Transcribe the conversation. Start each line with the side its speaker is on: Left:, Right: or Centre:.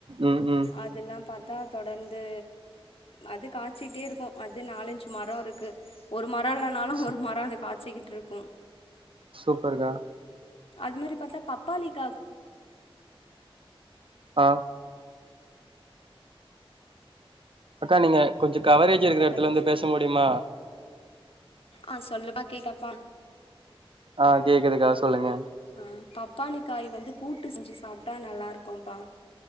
Right: ம் ம்
Left: அதெல்லா பாத்தா தொடர்ந்து அது காய்ச்சிட்டே இருக்கும் அது நாலஞ்சு மரோ இருக்கு ஒரு மரோ இல்லனாலு
Right: சூ
Left: ஒரு மரம் அது கா வச்சுக்கிட்டுருக்கோ
Right: சூப்பர் கா
Left: அது மாதிரி பாத்தா பப்பாளிக்கா
Right: ஆஹ் அக்கா நீங்க கொஞ்ச கவரேஜ் இருக்குற எடத்துல
Left: அதுக்கு
Right: வந்து பேச முடியுமா
Left: ஆஹ் சொல்லுப்பா கேக்கப்பா
Right: ஆஹ் கேக்குதுக்கா சொல்லுங்க
Left: ஆஹ் பப்பாளிக்காய் வந்து கூட்டு செஞ்சு சாப்ட்டா நல்லாருக்கும்ப்பா